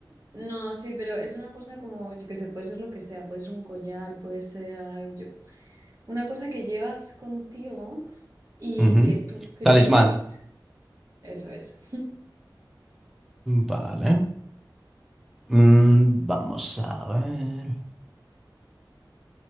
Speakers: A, on the right (about 45°); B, in the centre.
A: No, sí, pero es una cosa como, yo qué sé, puede ser lo que sea, puede ser un collar, puede ser ah, yo- una cosa que llevas contigo y
B: Ujú.
A: que tú crees,
B: Talismán.
A: eso es.
B: Vale. Mm, vamos a ver.